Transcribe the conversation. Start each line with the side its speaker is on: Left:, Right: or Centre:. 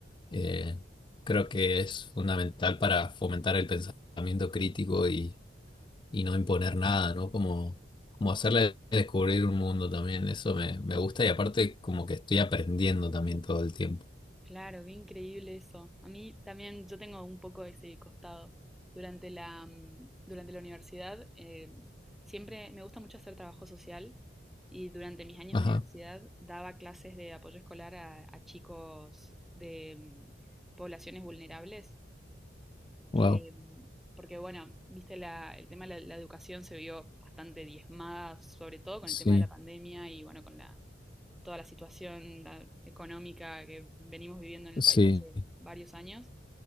Left: eh, creo que es fundamental para fomentar el pensamiento crítico y, y no imponer nada, ¿no? Como, como hacerle descubrir un mundo también, eso me, me gusta y aparte como que estoy aprendiendo también todo el tiempo.
Centre: Claro, qué increíble eso. A mí también, yo tengo un poco ese costado. Durante la, mm, durante la universidad, eh, siempre me gusta mucho hacer trabajo social y durante mis años
Left: Ajá,
Centre: de universidad daba clases de apoyo escolar a, a chicos de mm, poblaciones vulnerables, que,
Left: wow.
Centre: mm, porque bueno, viste, la, el tema de la, la educación se vio bastante diezmada, sobre todo con
Left: Sí,
Centre: el tema de la pandemia y bueno, con la, toda la situación la económica que venimos viviendo en el
Left: sí.
Centre: país hace varios años.